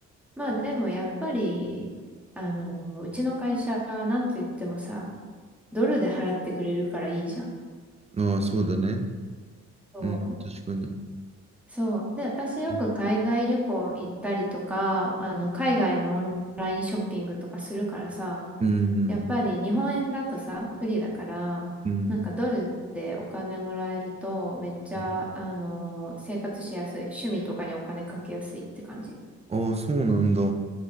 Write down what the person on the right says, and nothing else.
ああ、そうだね。
うん、確かに。
うん
うん、
うん、
うん。
ああ、そうなんだ。